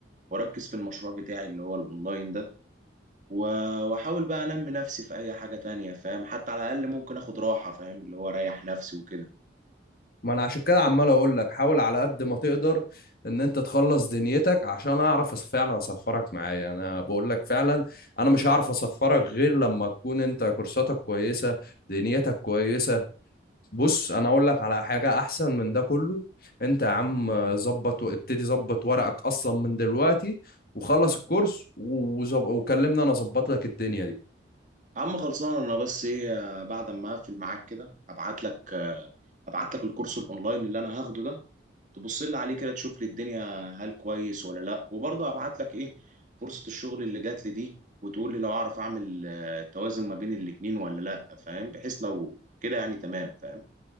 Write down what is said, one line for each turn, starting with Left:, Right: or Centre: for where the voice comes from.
Right: واركز في المشروع بتاعي اللي هو الاونلاين ده و- واحاول بقى انمي نفسي في اي حاجة تانية فاهم حتى على الاقل ممكن اخد راحة فاهم اللي هو اريح نفسي وكده
Left: ما انا عشان كده عمال اقول لك حاول على قد ما تقدر ان انت تخلص دنيتك عشان اعرف أص- فعلا اسفرك معايا انا بقول لك فعلا انا مش هعرف اسفرك غير لما تكون انت كورساتك كويسة دنيتك كويسة بص انا اقول لك على حاجة احسن من ده كله انت يا عم ظبط وابتدي ظبط ورقك اصلا من دلوقتي وخلص الكورس وزب... وكلمنا انا اظبط لك الدنيا دي
Right: عم خلصان انا بس ايه آه، بعد ما اقفل معاك كده ابعت لك آه، ابعت لك الكورس الاونلاين اللي انا هاخده ده تبص لي عليه كده تشوف لي الدنيا هل كويس ولا لا وبرضه ابعت لك ايه فرصة الشغل اللي جات لي دي وتقول لي لو اعرف اعمل آه، توازن ما بين الاتنين ولا لا فاهم بحيث لو كده يعني تمام فاهم